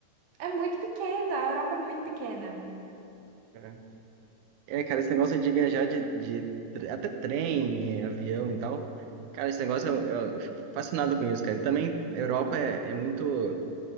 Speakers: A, on the right; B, on the right.
A: é muito pequena. A Europa é muito pequena.
B: É, É, cara, esse negócio de viajar de, de tre- até trem, é, avião e tal. Cara, esse negócio eu, eu fico fascinado com isso, cara. E também a Europa é, é muito,